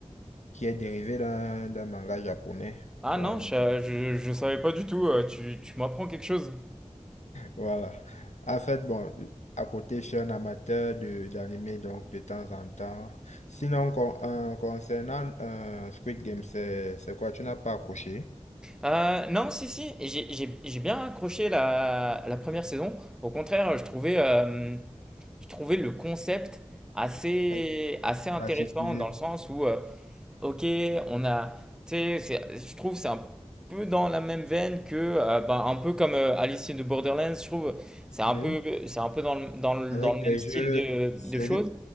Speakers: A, on the left; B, in the centre.
A: qui est dérivée d'un d'un manga japonais.
B: Ah
A: Donc,
B: non, je, je, je savais pas du tout. euh, Tu, tu m'apprends quelque chose.
A: Voilà. En fait, bon, à côté, je suis un amateur de d'anime, donc de temps en temps. Sinon, con- euh, concernant euh, Squid Game, c'est c'est quoi? Tu n'as pas accroché?
B: Euh, non, si, si, et j'ai j'ai- j'ai bien accroché la, la première saison. Au contraire, je trouvais, euh, je trouvais le concept assez,
A: En
B: assez intéressant
A: particulier,
B: dans le sens où euh, OK, on a, tu sais, c'est- je trouve que c'est un peu dans la même veine que, euh, ben, un peu comme euh, Alice in the Borderlands, je trouve, c'est un
A: oui.
B: peu, c'est un peu dans le, dans le,
A: Avec
B: dans le
A: des
B: même style
A: jeux,
B: de,
A: c'est
B: de choses,